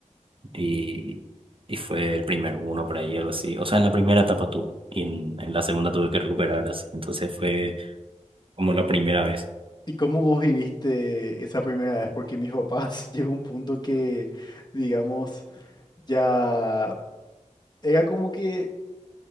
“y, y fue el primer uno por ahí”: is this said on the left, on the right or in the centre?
Right